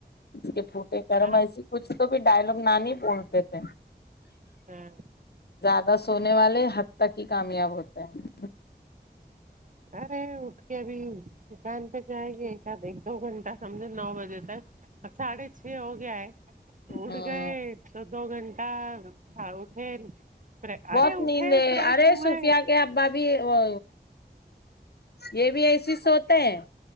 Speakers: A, on the left; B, on the right.
A: اس کے پھوٹے کرم
B: ہاں
A: ایسی کچھ تو بھی ڈائلگ نانی بولتے تھے
B: ہاں
A: زیادہ سونے والے حد تک ہی کامیاب ہوتے ہیں
B: ارے اٹھ کے ابھی دکان پہ جاے گی ایک دو گھنٹہ سمجھو نو بجے تک اب ساڑھے چھ ہو گیا ہے اٹھ
A: ہوں
B: گئے تو دو گھنٹہ تھا اٹھے
A: بہت
B: ارے اٹھے
A: نیند ہے
B: فریش
A: ارے
B: ہوئے
A: صوفیا کے ابا بھی وہ یہ بھی ایسی سوتے ہیں